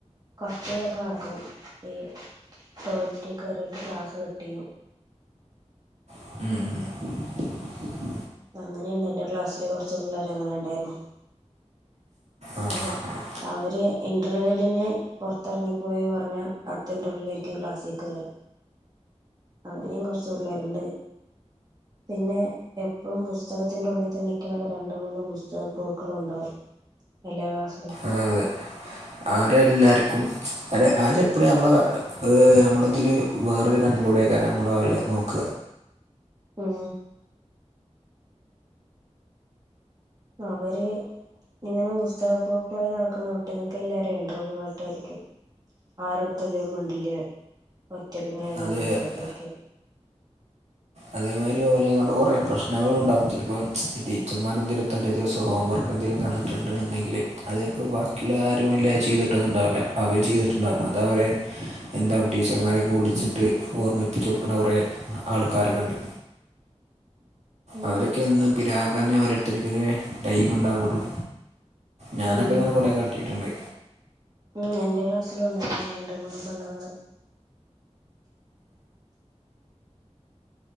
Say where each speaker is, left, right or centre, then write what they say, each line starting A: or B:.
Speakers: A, on the right; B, on the right.
A: കഫയിലൊക്കെ നടക്കുന്നു ഈ ടോയ്ലറ്റ് കയറിയിട്ട് ഗ്ലാസ് കട്ടിയും
B: മ്
A: അങ്ങനെണ്ട് എന്റെ ക്ലാസ്സില് കുറച്ച് പിള്ളേർ അങ്ങനെണ്ടാരുന്നു
B: ആഹ് ആഹ് ആഹ്
A: അവര് ഇന്റർവെലിന് പുറത്തിറങ്ങിപ്പോയി പറഞ്ഞാ അടുത്ത ഇന്റർവലിലായിരിക്കും ക്ലാസ്സികേറാ അങ്ങനേം കൊർച്ച് പിള്ളേര്ണ്ട് പിന്നെ എപ്പോമ് പുസ്തകത്തിന്റെ ഉള്ളിതന്നെക്കണ രണ്ട് മൂന്ന് പുസ്തക പൂഴുക്കളും ഉണ്ടാവും എല്ലാ ക്‌ളാസിലും
B: ആഹ് അതെ അവരെല്ലാർക്കും അരെ ആരെപ്പോഴും നമ്മള് ഏഹ് നമ്മള ഇതില് വേറൊരു കണ്ണിലൂടെകാരം നമ്മള് അവരെ നോക്ക
A: മ് അവര് ഇങ്ങനെ പുസ്തക പൂഴുക്കളായി നടക്കുന്ന ഒട്ട്മിക്ക എല്ലാരും എന്റ്ർവേട്ട ആയിട്ടായിരിക്കും ആരടുത്തതമിണ്ടില്ല ഒറ്റക്ക് ഇങ്ങനെ നടന്നിട്ട്ക്ക
B: അത് അത് അതേമാതിരി ഓലെങ്ങണ്ട് കൊറെേ പ്രശ്നങ്ങളൾ ഉണ്ടാവും ചിലപ്പോഈ ടീച്ചർമാരെ എന്തെലും തല്ലേ ദിവസം ഇപ്പോ ഹോംവർക്ക് എന്തെലും തന്നിട്ടുണ്ട് ന്ന് ണ്ടെങ്കില് അത് ചെൽപ്പം ബാക്കിള്ള ആരും വല്ലാ ചെയ്തിട്ടൊന്നുണ്ടാവൂല അവര് ചെയ്തിട്ടുണ്ടാവകും അത് അവരെ എന്താ ടീച്ചർമാരെ ക്കെ വിളിച്ചിട്ട് ഓർമ്മിപ്പിച്ചു കൊട്ക്കണ കൊറെ ആൾക്കാരൊക്കെ ഇണ്ട്
A: ഉം
B: അവരൊക്കെ എന്നും പിരാകാനെ ഓരെട് ത്തെർക്കൊക്കെ ടൈം ണ്ടാവുള്ളൂ ഞാനൊക്കെ
A: ഉം
B: അങ്ങനെ കുറേ കാട്ടിയിട്ടുണ്ട്
A: ഉം എന്റെ ക്ലാസ്സിലും ഉണ്ടായിരുന്നു രണ്ട് മൂന്ന് പെണ്ണ്ങ്ങള്